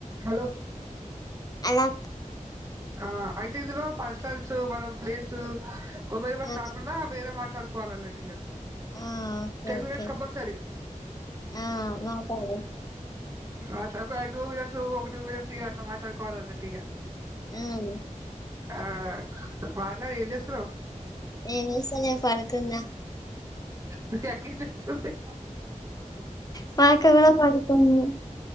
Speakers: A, on the right; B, on the left.
A: హలో
B: అలో
A: ఆ అయితే ఇందులో పర్సనల్సు మన ప్లేసు ఒమీమెర్స్
B: ఆ
A: కాకుండా వేరే మాట్లాడుకోవాలి అన్నట్టుఇగా
B: ఆ okay
A: ten
B: okay
A: minutes compulsory
B: ఆ మాట్లాడు
A: అట్లా ఒక టూ మినిట్స్ ఒక టూ మినిట్స్ ఇగ అట్లా మాట్లాడుకోవాలన్నట్టు ఇగ
B: ఆవును
A: ఆ మాట్లాడు ఏం చేస్తున్నవ్
B: ఏం చేస్తలేను పడుకున్నా
A: మీ అక్క ఏం చేస్తుంది
B: మా అక్క కూడా పడుకోనుంది.